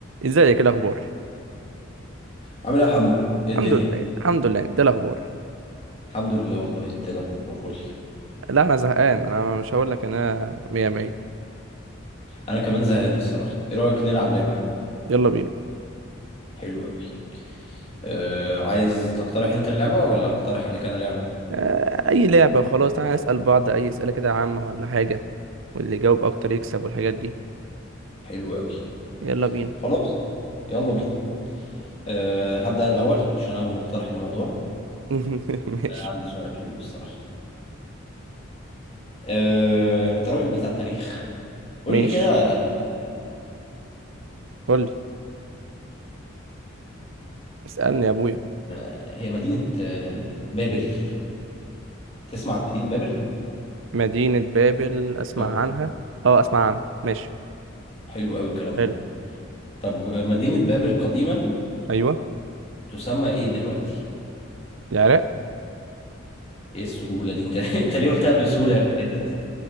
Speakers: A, on the right; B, on the left.
A: ازيك إيه الاخبار
B: عامل ايه يا حمو ايه الدنيا
A: الحمد لله الحمد لله ده الاخبار
B: الحمد لله والله انت ايه الاخبار قول لي
A: لا انا زهقان انا مش هقول لك انا مية مية
B: انا كمان زهقان الصراحه ايه رايك نلعب لعبه
A: يلا بينا
B: حلو قوي آه عايز تقترح انت اللعبه ولا اقترح عليك انا لعبه
A: آه، اي لعبة خلاص تعالى نسأل بعض اي اسئلة كده عامة ولا حاجة واللي يجاوب اكتر يكسب والحاجات دي
B: حلو قوي
A: يلا بينا
B: خلاص يلا بينا آه هبدا انا الاول عشان انا مقترح الموضوع
A: <laughs> ماشي
B: آه عندي سؤال حلو الصراحه آه انت راجل بتاع تاريخ قول
A: ماشي
B: لي كده
A: قول لي اسألني يا ابويا
B: آه، هي مدينه آه بابل تسمع عن مدينه بابل
A: مدينة بابل اسمع
B: أو-
A: عنها اه اسمع عنها ماشي
B: حلو قوي الكلام
A: حلو
B: ده طب مدينه بابل قديما
A: ايوه
B: تسمى ايه دلوقتي
A: العراق
B: ايه السهولة دي انت <laughs> انت ليه قلتها بسهولة كده